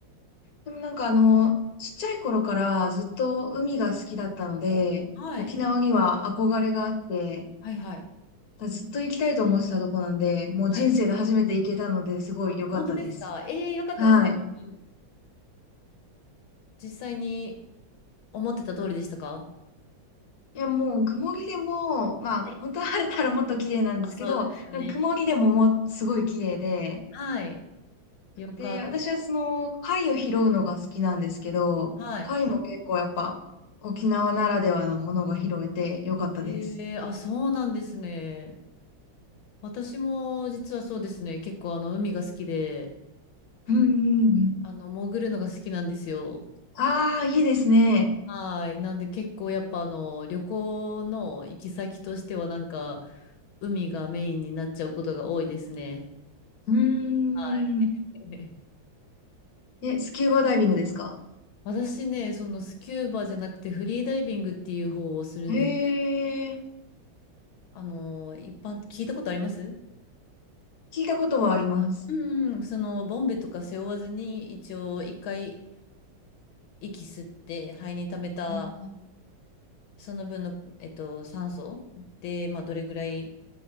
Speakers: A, on the left (about 55°); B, on the left (about 80°).
A: でもなんかあの、ちっちゃい頃からずっと海が好きだったので、
B: はい。
A: 沖縄には憧れがあって、
B: はいはい。
A: ずっと行きたいと思ってたとこなんで、もう人生で初めて行けたのですごい良かったです。
B: はい。本当ですかええー、よかったですね。
A: はい。
B: 実際に思ってた通りでしたか
A: いやもう曇りでも、まあ本当は晴れたらもっと綺麗なんですけど、
B: はいあそうですね。
A: でも曇りでももうすごい綺麗で、
B: はい。よかっ
A: で、私はその貝を拾うのが好きなんですけど、
B: た。はい。
A: 貝も結構やっぱ沖縄ならではのものが拾えてよかったです。
B: ええあ、そうなんですね。私も実はそうですね。結構あの海が好きで、
A: うんうんうん。
B: あの、潜るのが好きなんですよ。
A: ああ、いいですね。
B: はい。なんで結構やっぱあの、旅行の行き先としてはなんか、海がメインになっちゃうことが多いですね。
A: うー
B: はい。<laughs>
A: ん。え、スキューバダイビングですか
B: 私ね、そのスキューバじゃなくてフリーダイビングっていう方をするんです。
A: へえ、
B: あの、一般、聞いたことあります
A: 聞いたことはあります。
B: うんうん、そのボンベとか背負わずに一応一回息吸って肺に溜めた
A: うん、
B: その分の、えっと、酸素で、まあ、どれぐらい